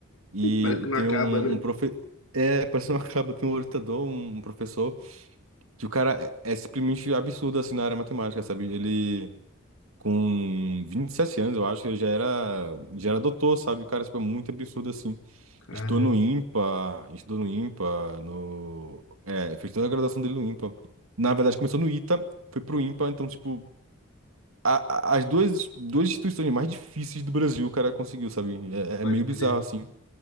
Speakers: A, on the right; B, on the left.
A: E
B: parece que não
A: tem
B: acaba,
A: um,
B: né?
A: um profe... É, parece uma caba, <laughs> tem um orientador, um professor, que o cara é, é simplesmente absurdo, assim, na área matemática, sabe? Ele, com 27 anos, eu acho, ele já era, já era doutor, sabe? O cara, tipo, é muito absurdo, assim.
B: Caramba,
A: Estou no IMPA, estou no IMPA, no... É, fez toda a graduação dele no IMPA. Na verdade, começou no ITA, foi pro IMPA, então, tipo, a- a- as duas, duas instituições mais difíceis do Brasil o cara conseguiu, sabe? É,
B: pode
A: é meio
B: crer.
A: bizarro, assim.